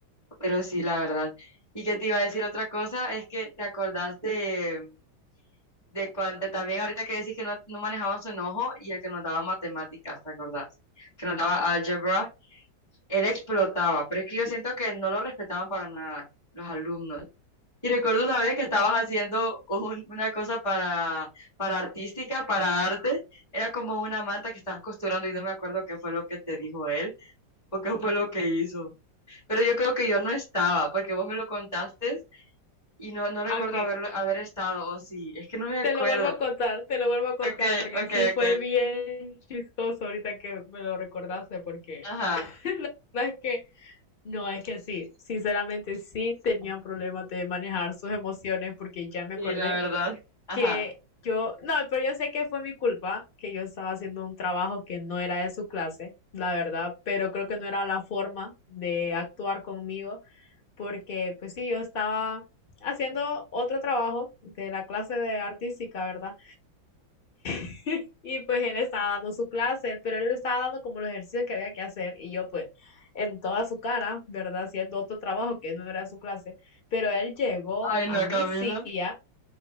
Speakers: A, on the left (about 20°); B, on the left (about 35°).
A: Pero sí, la verdad. Y que te iba a decir otra cosa, es que te acordás de, de cuando también ahorita que decís que no, no manejaban su enojo y el que nos daba matemáticas, ¿te acordás? Que nos daba álgebra. Él explotaba, pero es que yo siento que no lo respetaban para nada los alumnos. Y recuerdo una vez que estabas haciendo un- una cosa para, para artística, para arte. Era como una manta que estabas costurando y no me acuerdo qué fue lo que te dijo él o qué fue lo que hizo. Pero yo creo que yo no estaba porque vos me lo contaste y no, no recuerdo
B: Ok,
A: haberlo, haber estado o sí. Es que no me acuerdo.
B: Te lo vuelvo a contar, te lo vuelvo a contar,
A: Ok,
B: porque
A: ok,
B: sí fue
A: ok.
B: bien chistoso ahorita que me lo recordaste, porque
A: Ajá.
B: sabes que no, es que sí, sinceramente sí tenía problemas de manejar sus emociones, porque ya me
A: Sí,
B: acordé
A: la verdad. Ajá.
B: que yo, no, pero yo sé que fue mi culpa, que yo estaba haciendo un trabajo que no era de su clase, la verdad, pero creo que no era la forma de actuar conmigo, porque pues sí, yo estaba haciendo otro trabajo de la clase de artística, ¿verdad? <laughs> Y pues él estaba dando su clase, él- pero él estaba dando como los ejercicios que había que hacer y yo pues en toda su cara, ¿verdad? Haciendo otro trabajo que no era su clase, pero él llegó
A: Ay,
B: a
A: no,
B: mi
A: Camila.
B: silla